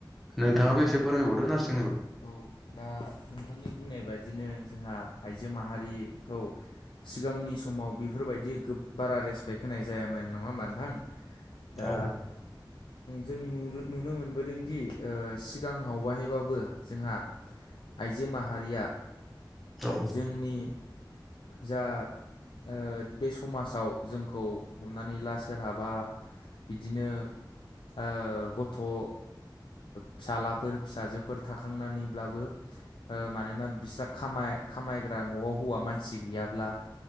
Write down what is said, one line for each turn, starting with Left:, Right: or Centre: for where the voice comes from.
Centre: नोंथाङाबो एसे फोरमायबावदो नारसि
Left: औ दा नोंथांनि बुंनाय बादिनो जोंहा आइजो माहारि खौ सिगांनि समाव बेफोरबायदि बारा रेसपेक्ट होनाय जायामोन नङा होमबा नोंथां दा
Centre: औ
Left: जों नु नुनो मोनबोदोंदि ओ सिगांआव हायबाबो। जोंहा आइजो माहारिया
Centre: औ
Left: जोंनि जा ओ बे समाजाव जोंखौ हमनानै ला सोरहाबा बिदिनो ओ गथ' ओ फिसालाफोर फिसाजोफोर थाखांनानैब्लाबो ओ मानोना बिस्रा खा खामायग्रा न'आव हौवा मानसि गैया ब्ला